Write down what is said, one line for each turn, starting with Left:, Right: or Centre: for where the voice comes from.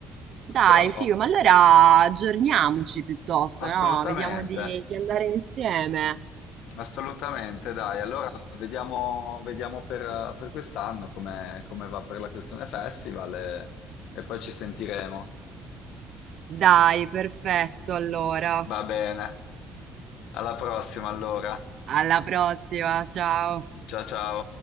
Right: Dai,
Left: Però
Right: figo, ma allora aggiorniamoci piuttosto,
Left: assolutamente.
Right: no? Vediamo di, di andare insieme.
Left: Assolutamente, dai. Allora vediamo, vediamo per, per quest'anno come, come va per la questione festival e, e poi ci sentiremo.
Right: Dai, perfetto, allora.
Left: Va bene. Alla prossima allora.
Right: Alla prossima, ciao.
Left: Ciao ciao.